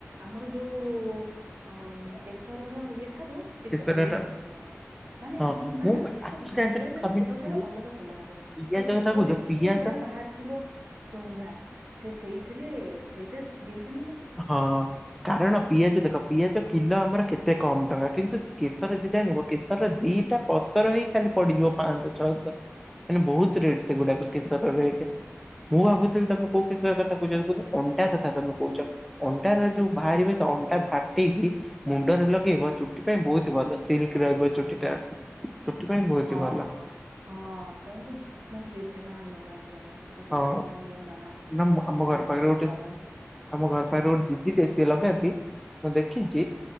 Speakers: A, on the right; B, in the centre.
A: ଆମର ଯୋଉ ଅ -କେଶରର ଇଏଠାରୁ ଟିକେ
B: କେଶରର
A: ଅଲଗା ଫୁଲ ହବ ମାନେ
B: ହଁ
A: ଆମର ନା
B: ମୁଁ
A: ନା କେଶର
B: ଆଖି
A: ନାଇଁ
B: ଜାଣିଛ
A: ପିଆଜ ର
B: ତମେ
A: ଫୁଲ
B: ଯୋଉ
A: ଠାରୁ
B: ପି
A: ଅଲଗା ଫୁଲ ହବ
B: ପିଆଜ
A: ସେ
B: କଥା
A: ଫୁଲରେ
B: କହୁଛ
A: ଟିକେ
B: ପିଆଜ
A: ଏ ଭଳିଆ ବାହାର ଥିବ ଶୁଙ୍ଘା ସେ ସେଇଥିରେ ସେଇଥିରେ ଦିଟା ନା
B: ହଁ କାରଣ ପିଆଜ ଦେଖ ପିଆଜ କିଲୋ ଆମର କେତେ କମ ଟଙ୍କା କିନ୍ତୁ କେଶର ଯଦି ଆଣିବ କେଶରର ଦିଟା ପତର ହେଇ ଖାଲି ପଡିଯିବ ପାଞ୍ଚଶହ ଛଅଶହ ମାନେ ବହୁତ ରେଟ୍ ସେଗୁଡାକ କେଶର ରେଟ ମୁଁ ଭାବୁଥିଲି ତମେ କୋଉ କେଶର କଥା କହୁଛ କହୁ ଅଣ୍ଡା କଥା ତମେ କହୁଛ ଅଣ୍ଟାର ଯୋଉ ବାହାରିବେ ତ ଅଣ୍ଟା ଫାଟିକି ମୁଣ୍ଡରେ ଲଗେଇବ ଚୁଟି ପାଇଁ ବହୁତ ଭଲ ସିଲିକି ଥିବ ରହିବ ଚୁଟିଟା ଚୁଟି ପାଇଁ ବହୁତ
A: ହଁ
B: ଭଲ।
A: ହଁ ସେମିତି ମୋର ଜେଜେମା ଲଗାନ୍ତି ଜଣେ ମୋର ଜେଜେମା
B: ହଁ
A: ମୋ ମା
B: ନା ମୁଁ
A: ଅଣ୍ଡା
B: ଆମ ଘର ପାଖରେ ଗୋଟେ
A: ଲଗାନ୍ତି
B: ଆମ ଘର ପାଖରେ ଗୋଟେ ଦିଦି ଟେ ସିଏ ଲଗାନ୍ତି ମୁଁ ଦେଖିଛି